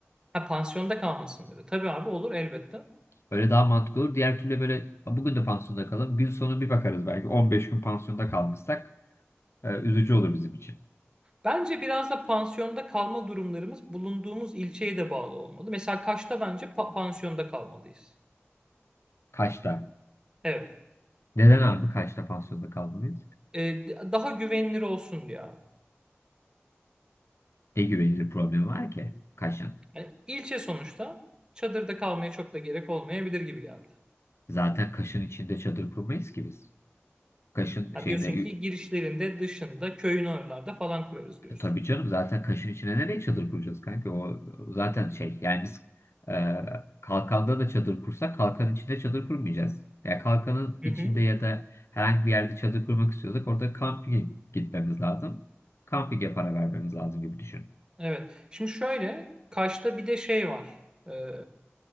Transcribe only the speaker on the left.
Öyle daha mantıklı olur. Diğer türlü böyle "A, bugün de pansiyonda kalalım. Gün sonu bir bakarız belki. 15 gün pansiyonda kalmışsak e, üzücü olur bizim için.
Kaş'ta.
Neden abi Kaş'ta pansiyonda kalmalıyız?
Ne güvenilir problemi var ki Kaş'ın?
Zaten Kaş'ın içinde çadır kurmayız ki biz. Kaş'ın
şeyine
E, tabii canım zaten kaşın içine nereye çadır kuracağız kanka? O zaten şey yani biz e, kalkanda da çadır kursak kalkanın içinde çadır kurmayacağız. ya kalkanın
içinde
ya da herhangi bir yerde çadır kurmak istiyorsak orada kampinge gitmemiz lazım. Kampinge para vermemiz lazım gibi düşün.